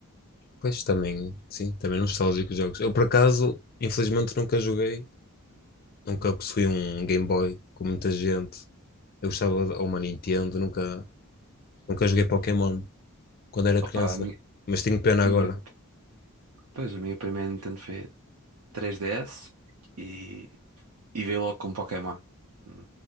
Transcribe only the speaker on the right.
Opa,
a minha,
minha, pois, a minha primeira Nintendo foi 3DS e, e veio logo com Pokémon. Hum,